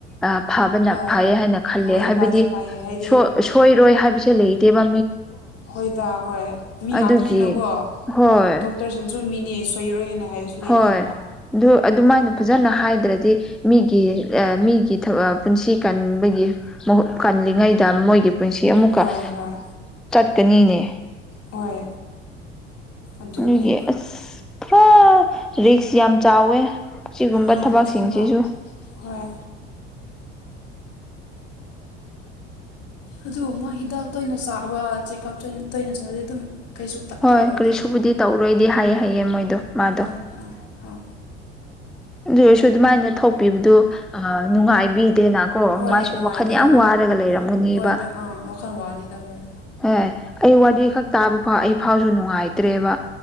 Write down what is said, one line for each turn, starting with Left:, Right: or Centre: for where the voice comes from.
Centre: ꯑ ꯐꯕꯅ
Left: ꯍꯣꯏ
Centre: ꯐꯩꯌꯦ ꯍꯥꯏꯅ ꯈꯜꯂꯦ
Left: ꯍꯣꯏ
Centre: ꯍꯥꯏꯕꯗꯤ
Left: ꯐꯗꯤ ꯐꯩꯌꯦ ꯍꯥꯏꯗꯤ
Centre: ꯁꯣ ꯁꯣꯏꯔꯣꯏ ꯍꯥꯏꯕꯁꯦ ꯂꯩꯇꯦꯕ
Left: ꯍꯣꯏꯗ ꯍꯣꯏ ꯃꯤ
Centre: ꯑꯗꯨꯒꯤ
Left: ꯉꯥꯛꯇꯅꯤꯅꯀꯣ
Centre: ꯍꯣꯏ
Left: ꯗꯣꯛꯇꯔꯁꯤꯡꯁꯨ ꯃꯤꯅꯤ ꯁꯣꯏꯔꯣꯏ ꯍꯥꯏꯅ ꯍꯥꯏꯕꯁꯨ ꯂꯩꯇꯦꯕ
Centre: ꯍꯣꯏ ꯑꯗꯨ ꯑꯗꯨꯃꯥꯏꯅ ꯐꯖꯅ ꯍꯥꯏꯗ꯭ꯔꯗꯤ ꯃꯤꯒꯤ ꯔ ꯃꯤꯒꯤ ꯄꯨꯟꯁꯤ ꯀꯟꯕꯒꯤ ꯃꯍꯨꯠ ꯀꯜꯂꯤꯉꯩꯗ ꯃꯣꯏꯒꯤ ꯄꯨꯟꯁꯤ ꯑꯃꯨꯛꯀ
Left: ꯍꯣꯏ ꯍꯣꯏ
Centre: ꯆꯠꯀꯅꯤꯅꯦ
Left: ꯍꯣꯏ ꯑꯗꯨꯅꯦ
Centre: ꯑꯗꯨꯒꯤ ꯑꯁ ꯄꯨꯔꯥ ꯔꯤꯛꯁ ꯌꯥꯝ ꯆꯥꯎꯋꯦ ꯁꯤꯒꯨꯝꯕ
Left: ꯑꯥ
Centre: ꯊꯕꯛꯁꯤꯡꯁꯤꯁꯨ
Left: ꯑꯁꯦꯡꯕ ꯍꯣꯏ ꯑꯗꯨ ꯃꯥ ꯍꯤꯗꯥꯛ ꯇꯣꯏꯅ ꯆꯥꯕ ꯆꯦꯛꯀꯞ ꯇꯣꯏ ꯇꯣꯏꯅ ꯆꯠꯂꯗꯤ ꯑꯗꯨꯝ ꯀꯩꯁꯨ
Centre: ꯍꯣꯏ
Left: ꯇꯧꯔꯣꯏꯗ
Centre: ꯀꯔꯤꯁꯨꯕꯨꯗꯤ ꯇꯧꯔꯣꯏꯗꯤ ꯍꯥꯏꯌꯦ ꯍꯥꯏꯌꯦ ꯃꯣꯏꯗꯣ ꯃꯥꯗꯣ
Left: ꯑ ꯑ ꯑ
Centre: ꯑꯗꯨ ꯑꯣꯏꯔꯁꯨ ꯑꯗꯨꯃꯥꯏꯅ ꯊꯣꯛꯄꯤꯕꯗꯨ ꯑ ꯅꯨꯡꯉꯥꯏꯕꯤ ꯗꯦꯅ ꯀꯣ
Left: ꯍꯣꯏ
Centre: ꯃꯥꯁꯨ
Left: ꯅꯨꯡꯉꯥꯏꯗꯦ
Centre: ꯋꯥꯈꯜ ꯌꯥꯝ
Left: ꯍꯣꯏ
Centre: ꯋꯥꯔꯒ ꯂꯩꯔꯝꯒꯅꯤꯕ
Left: ꯍꯣꯏꯗ ꯑꯥ ꯋꯥꯈꯜ ꯋꯥꯅꯤꯗ ꯍꯣꯏ
Centre: ꯍꯣꯏ ꯑꯩ ꯋꯥꯔꯤ ꯈꯛ ꯇꯥꯕ ꯐꯥꯎ ꯑꯩ ꯐꯥꯎꯁꯨ ꯅꯨꯡꯉꯥꯏꯇ꯭ꯔꯦꯕ